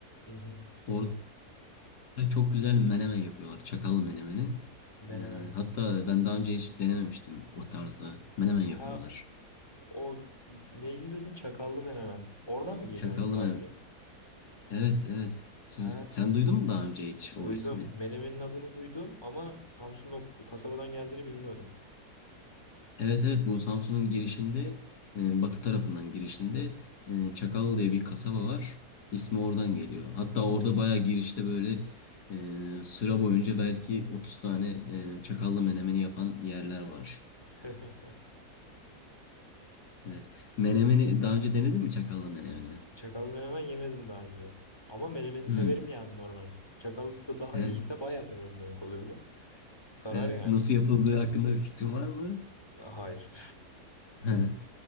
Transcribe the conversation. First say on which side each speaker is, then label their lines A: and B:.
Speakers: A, on the left; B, on the left.
A: Hı hı.
B: Orada çok güzel menemen yapıyorlar. Çakallı menemeni.
A: Menemen.
B: E, hatta ben daha önce hiç denememiştim o tarzda. Menemen yapıyorlar.
A: Ha o neyli dedin? Çakallı menemen. Oradan mı geliyor
B: Çakallı
A: onun tabiri?
B: menemen. Evet evet. Siz,
A: Ha
B: sen duydun mu daha önce hiç o
A: duydum.
B: ismi?
A: Menemenin adını duydum ama Samsun o kasabadan geldiğini bilmiyordum.
B: Evet evet bu Samsun'un girişinde e, batı tarafından girişinde e, Çakal diye bir kasaba var. İsmi oradan geliyor. Hatta orada bayağı girişte böyle e, sıra boyunca belki 30 tane e, çakallı menemeni yapan yerler var.
A: <laughs>
B: Evet. Menemeni daha önce denedin mi çakallı menemeni?
A: Çakallı menemen yemedim daha önce. Ama menemeni
B: Hmm,
A: severim yani normal. Çakallısı da daha
B: evet.
A: iyiyse bayağı severim demek oluyor bu. Sarar
B: Evet.
A: yani.
B: Nasıl yapıldığı hakkında bir fikrin var mı?
A: Hayır.
B: <laughs>